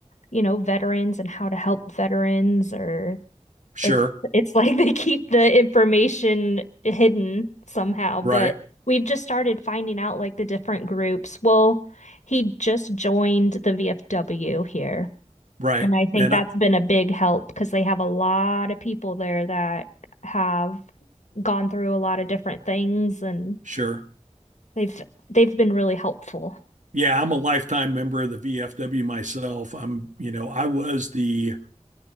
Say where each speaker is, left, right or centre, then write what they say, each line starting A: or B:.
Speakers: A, on the left (about 70°); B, on the right (about 85°).
A: you know, veterans and how to help veterans or
B: Sure.
A: It's it's <laughs> like they keep the information hidden somehow,
B: Right.
A: but we've just started finding out like the different groups. Well, he just joined the VFW here,
B: Right.
A: and I think
B: And
A: that's
B: I,
A: been a big help because they have a lot of people there that have gone through a lot of different things and
B: sure.
A: they've they've been really helpful.
B: Yeah, I'm a lifetime member of the VFW myself. I'm, you know, I was the